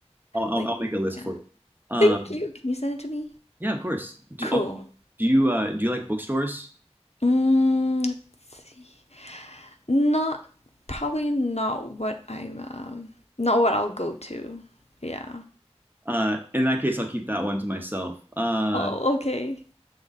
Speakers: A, on the right (about 15°); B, on the left (about 70°).
A: I'll I'll,
B: like
A: I'll make a list
B: yeah.
A: for you. Um,
B: Thank you, can you send it to me?
A: yeah, of course. Do,
B: Cool.
A: oh, do you uh, do you like bookstores?
B: Mm, let's see. Not probably not what I'm, um not what I'll go to. Yeah.
A: Uh, in that case, I'll keep that one to myself. Uh,
B: Oh, okay.